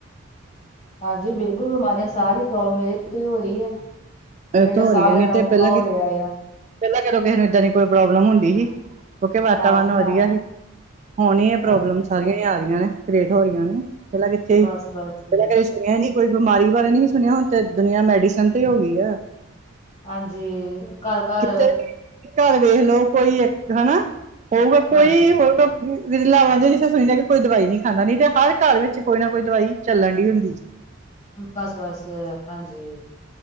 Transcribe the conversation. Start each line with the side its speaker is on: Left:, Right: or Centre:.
Left: ਹਾਂਜੀ ਬਿਲਕੁਲ, ਬਿਮਾਰੀਆਂ, ਸਾਹ ਦੀ ਪ੍ਰੋਬਲਮ ਇਹਦੇ ਤੇ ਹੋ ਰੀ ਐ। ਇਹ ਜੇੜਾ
Right: ਤੋਂ ਹੋ
Left: ਸਾਹ
Right: ਰਹੀ ਹੈ
Left: ਲੈਣਾ
Right: ਨੀ ਤੇ
Left: ਔਖਾ
Right: ਪਹਿਲਾਂ
Left: ਹੋ ਰਿਆ ਯਾ।
Right: ਪਹਿਲਾਂ ਕਦੋ ਕਿਸੇ ਨੂੰ ਏਦਾਂ ਦੀ ਕੋਈ ਪ੍ਰੋਬਲਮ ਹੁੰਦੀ ਸੀ? ਕਿਉਂਕਿ ਵਾਤਾਵਰਨ
Left: ਨਾ ਜੀ
Right: ਵਧੀਆ
Left: ਨਾ
Right: ਹੀ, ਹੁਣ ਈ ਇਹ ਪ੍ਰੋਬਲਮ
Left: ਹਾਂਜੀ
Right: ਸਾਰੀਆਂ ਹੀ ਆ ਰਹੀਆਂ ਨੇ। ਕਰੇਟ ਹੋ ਰੀਆਂ ਨੇ, ਪਹਿਲਾਂ ਕਿੱਥੇ ਹੀ?
Left: ਬਸ
Right: ਪਹਿਲਾਂ
Left: ਬਸ
Right: ਕਦੀ ਸੁਣਿਆ ਨੀ। ਕੋਈ ਬਿਮਾਰੀ ਬਾਰੇ ਨਹੀਂ ਸੀ ਸੁਣਿਆ, ਹੁਣ ਤੇ ਦੁਨੀਆਂ ਮੈਡੀਸਨ ਤੇ ਹੋ ਗਈ ਆ।
Left: ਹਾਂਜੀ। ਘਰ-ਘਰ
Right: ਕਿੱਥੇ ਵੀ ਘਰ ਵੇਖ ਲਓ ਕੋਈ ਇੱਕ, ਹੈਨਾ। ਹੋਊਗਾ ਕੋਈ
Left: ਹਾਂਜੀ
Right: ਹੋਊਗਾ ਵੀ ਵਿਰਲਾ ਵਾਂ ਜੇ ਜਿੱਥੇ ਸੁਣਿਆ ਕਿ ਕੋਈ ਦਵਾਈ ਨੀ ਖਾਂਦਾ, ਨੀ ਤੇ ਹਰ ਘਰ ਵਿੱਚ ਕੋਈ ਨਾ ਕੋਈ ਦਵਾਈ ਚੱਲਣ ਡੀ ਹੁੰਦੀ ਜੀ।
Left: ਬਸ- ਬਸ, ਹਾਂਜੀ।